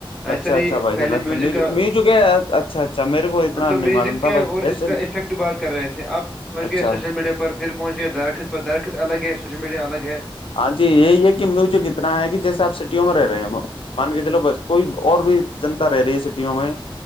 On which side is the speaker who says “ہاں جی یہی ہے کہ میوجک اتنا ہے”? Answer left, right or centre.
Left